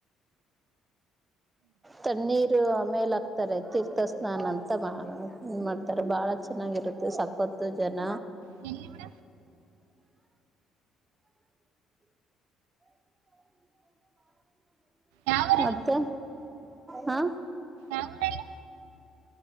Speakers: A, on the right (about 15°); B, on the right (about 70°).
A: ತಣ್ಣೀರ್ ಆಮೇಲೆ. <unintelligible> <unintelligible> ತೀರ್ಥಸ್ನಾನ ಅಂತ ಮಾಡ್ತಾರೆ ಬಾಳ ಚೆನ್ನಾಗಿರುತ್ತೆ ಸಕತ್ತು ಜನ.
B: ನೀ ಎಮಡ ಯಾವ ಊರಲ್ಲಿ
A: ಮತ್ತೆ ಹಾ
B: ಅವಳು ಎಲ್ಲಿ